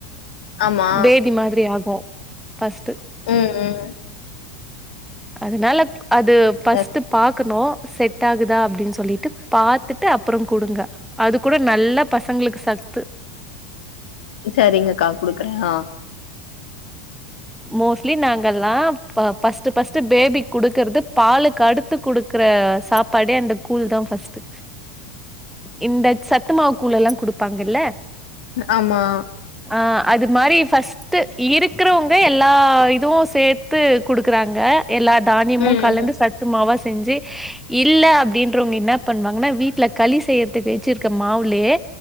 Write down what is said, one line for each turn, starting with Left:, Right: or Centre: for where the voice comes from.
Left: ஆமா.
Centre: பேதி மாதிரி ஆகு பஸ்ட்டு
Left: ம். ம்.
Centre: அதனால அது பஸ்ட்டு
Left: சர்
Centre: பார் க்கணு செட் ஆகுதா அப்படின்னு சொல்லிட்டு பாத்துட்டு அப்புறோ கொடுங்க அது கூட நல்லா பசங்களுக்கு சத்து
Left: சரிங்கக்கா குடுக்குறே ஆ
Centre: மோஸ்ட்லி நாங்கல்லா பஸ்ட் பஸ்ட்டு பேபி குடுக்கறது பாலுக்கு அடுத்து குடு குடுக்கிற சாப்பாடே அந்த கூழ் தா ஃபர்ஸ்ட்டு இந்த சத்துமாவு கூழ் எல்லா குடுப்பாங்கில்ல
Left: ஆமா
Centre: ஆ அது மாரி ஃபர்ஸ்ட்டு இருக்கிறவங்க எல்லா இதுவு சேர்த்து குடுக்கறாங்க எல்லா தானியமு
Left: ம்.
Centre: கலந்து
Left: ம்.
Centre: சத் சத்துமாவ செஞ்சு இல்ல அப்படின்றவங்க என்ன பண்ணுவாங்கன்னா வீட்ல களி செய்யறது பே வச்சிருக்க மாவுலேயே